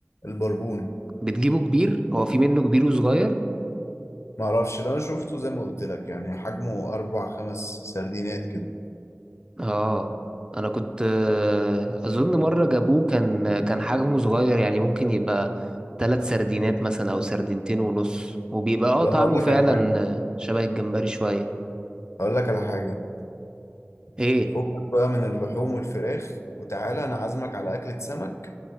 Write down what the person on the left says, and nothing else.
البربون
معرفش ده أنا شفته زي ما قلت لك يعني حجمه أربع خمس سردينات كده
طب
أنا هقول لك
على حاجة
هقول لك على حاجة
فكك بقى من اللحوم والفراخ وتعالى انا عازمك على اكلة سمك